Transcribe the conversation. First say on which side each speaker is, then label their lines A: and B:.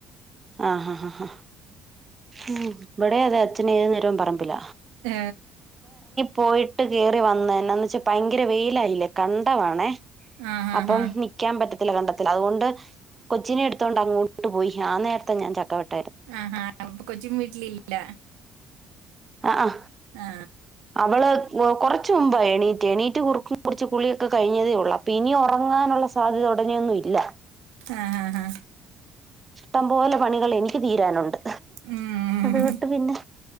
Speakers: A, on the right; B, on the right.
A: ആ ഹ ഹ ഹാ ഉം ഇവിടേ അതെ അച്ഛന് ഏതുനേരവും പറമ്പില
B: ഏ
A: പോയിട്ട് കേറിവന്ന് എന്നാന്ന് വെച്ചാ ഭയങ്കര വെയിലായില്ലെ കണ്ടവാണേ
B: ആ ഹാ
A: അപ്പം
B: ഹാ
A: നിക്കാൻ പറ്റ- കണ്ടതില കണ്ടതില അതുകൊണ്ട് കൊച്ചിനെ എടുത്തോണ്ട് അങ്ങോട്ട് പോയി ആ നേര- ഞാൻ ചക്കവെട്ട-
B: ആ ഹാ അപ്പൊ കൊച്ചുംവീട്ടിലില്ല
A: ആ ആ
B: ആ
A: അവള് കൊറച്ച് മുമ്പാ എണീറ്റെ എണീറ്റ് കുറുക്കും കുടിച്ച് കുളിയൊക്കെ കഴിഞ്ഞതെ ഒള്ളൂ അപ്പൊ ഇനി ഒറങ്ങാനുള്ള സാധ്യത ഒടനെയൊന്നും ഇല്ല
B: ആ ആ ആ
A: ഇഷ്ടംപോലെ പണികളെനിക്ക് തീരാനൊണ്ട്
B: ഉം
A: അത്കൊട്ട് പിന്നെ